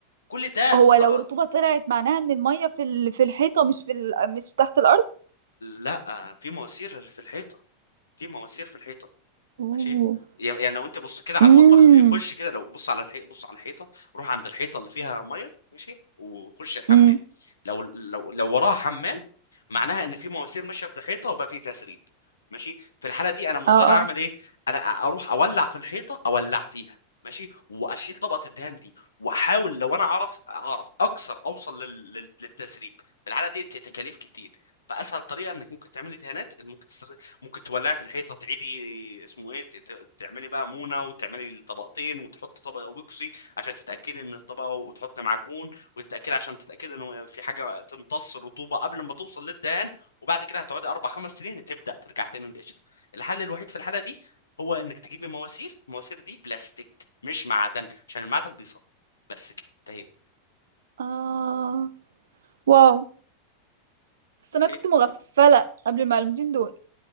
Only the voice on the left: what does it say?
كل ده
ط-
لا في مواسير في الحيطه في مواسير في الحيطه
ماشي يعني لو انت بص كده على
المطبخ آه، خش كده لو بص على الحيطه بص على الحيطه روح عند الحيطه اللي فيها ميه ماشي وخش الحمام
لو لو لو وراها حمام معناها ان في مواسير ماشيه في الحيطه وبقى في تسريب ماشي في الحاله دي انا مضطر
اعمل
ايه انا اروح اولع في الحيطه اولع فيها ماشي واشيل طبقه الدهان دي واحاول لو انا اعرف اعرف اكسر اوصل لل... لل- للتسريب في الحاله دي انت تكاليف كتير فاسهل طريقه انك ممكن تعملي دهانات ان ممكن تستخدم ممكن تولعي في الحيطه تعيدي اسمه ايه ت- ت- تعملي بقى مونه وتعملي الطبقتين وتحطي طبق اوبكسي عشان تتاكدي ان الطبق وتحطي معجون وتتاكدي عشان تتاكدي ان في حاجه تمتص الرطوبه قبل ما توصل للدهان وبعد كده هتقعدي اربع خمس سنين تبدا ترجع تاني للقشره الحل الوحيد في الحاله دي هو انك تجيبي مواسير المواسير دي بلاستيك مش معدن عشان المعدن بيصدي بس كده انتهينا
ماشي